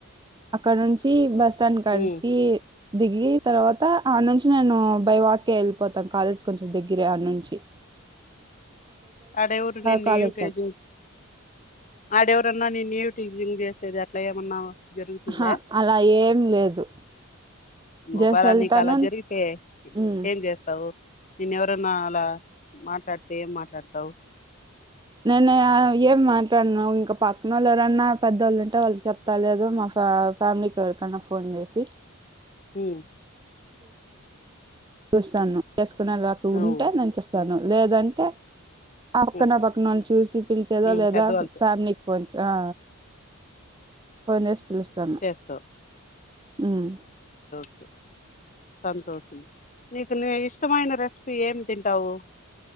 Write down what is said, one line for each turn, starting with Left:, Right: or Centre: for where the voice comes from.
Right: అక్కడ నుంచి బస్టాండ్ కాడ
Left: ఉమ్
Right: దీ దిగి తర్వాత ఆడ్నుంచి నేను బైవాకే వెళ్ళిపోతా కాలేజీ కొంచెం దెగ్గిరే ఆడ్నుంచి
Left: ఆడేవరు నిన్ను
Right: కాలేజ్కి
Left: ఈవ్టేజింగ్
Right: వెళ్తా
Left: ఆడేవరన్నా నిన్ను ఈవ్ టీజింగ్ చేసేది అట్లా ఏమన్నా? జరుగుతుందా
Right: హ అలా ఏం లేదు. జస్ట్
Left: ఒకవేలా
Right: వెళ్తాను
Left: నీకు అలా జరిగితే
Right: ఉమ్
Left: ఏం చేస్తావు? నిన్నెవరన్న అలా మాట్లాడితే ఏం మాట్లాడతావ్?
Right: నేను ఏం మాట్లాడను ఇంకా పక్కనోళ్ళు ఎవరన్నా పెద్దోళ్ళు ఉంటే వాళ్ళకి చెప్తా లేదు మా ఫ ఫ్యామిలీకి ఎవరికన్నా ఫోన్ చేసి
Left: ఉమ్
Right: చూస్తాను చేసుకునేలా నాకు ఉంటే
Left: ఉమ్,
Right: నేచేస్సాను లేదంటే ఆ పక్కన
Left: ఉమ్,
Right: పక్కనవాళ్ళను చూసి పిలిచేదో
Left: ఉమ్,
Right: లేదా
Left: పెద్దవాళ్ళతో
Right: ఫ్యామిలీకి ఫోన్ చే ఆ ఫోన్ చేసి పిలస్తాను.
Left: చేస్తావు
Right: ఉమ్
Left: <unintelligible> సంతోషం నీకు నీ ఇష్టమైన రెస్పీ ఏమి తింటావు?